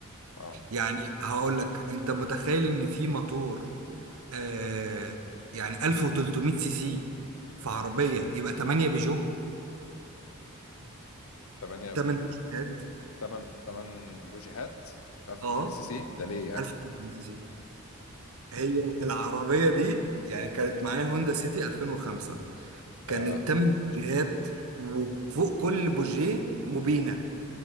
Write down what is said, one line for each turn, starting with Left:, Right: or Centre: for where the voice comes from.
Left: اه
Right: يعني هقول لك انت متخيل ان في موتور آه يعني 1300 سي سي في عربية يبقى 8 بيجو
Left: تمانية
Right: 8 بيجوهات
Left: تمن تمن بوجيهات 1300
Right: اه
Left: سي سي ده ليه يعني؟
Right: 1300 سي سي هي العربية دي يعني كانت معايا هوندا سيتي 2005
Left: اه
Right: كانت تمن بوجيهات وفوق كل بوجيه مبينة